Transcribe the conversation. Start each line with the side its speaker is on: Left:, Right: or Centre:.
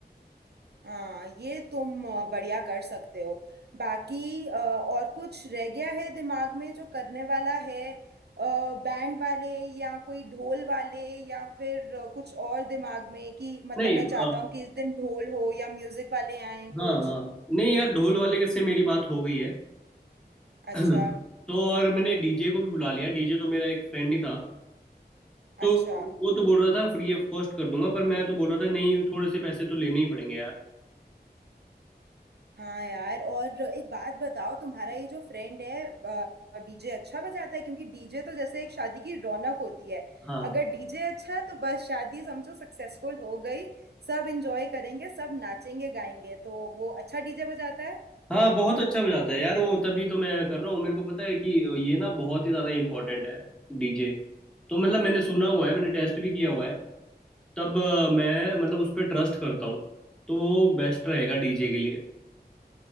Right: हाँ ये तुम अ, बढ़िया कर सकते हो बाकी अ, और कुछ रह गया है दिमाग में जो करने वाला है बैंड वाले या कोई ढोल वाले या फिर अ, कुछ और दिमाग में कि मतलब
Centre: नहीं
Right: मैं
Centre: अ,
Right: चाहता हूँ कि इस दिन ढोल हो या म्यूजिक वाले आए
Centre: हाँ
Right: कुछ
Centre: हाँ नहीं यार ढोल वाले से मेरी बात हो गई है
Right: अच्छा
Centre: <clears throat> तो और मैंने डीजे को भी बुला लिया डीजे तो मेरा एक फ्रेंड ही था तो
Right: अच्छा
Centre: वो तो बोल रहा था फ्री ऑफ कॉस्ट कर दूंगा पर मैं तो बोल रहा था नहीं थोड़े से पैसे तो लेने ही पड़ेंगे यार
Right: हाँ यार और एक बात बताओ तुम्हारा ये जो फ्रेंड है डीजे अच्छा बजाता है क्योंकि डीजे तो जैसे एक शादी की रौनक होती है
Centre: हाँ
Right: अगर डीजे अच्छा है तो बस शादी समझो सक्सेसफुल हो गई सब एंजॉय करेंगे सब नाचेंगे गाएंगे तो वो अच्छा डीजे बजाता है
Centre: हाँ बहुत अच्छा बजाता है यार वो तभी तो मैं कर रहा हूँ मेरे को पता है कि ये ना बहुत ही ज़्यादा इम्पोर्टेंट है डीजे तो मतलब मैंने सुना हुआ है मैंने टेस्ट भी किया हुआ है तब अ, मैं मतलब उस पर ट्रस्ट करता हूँ तो वो बेस्ट रहेगा डीजे के लिए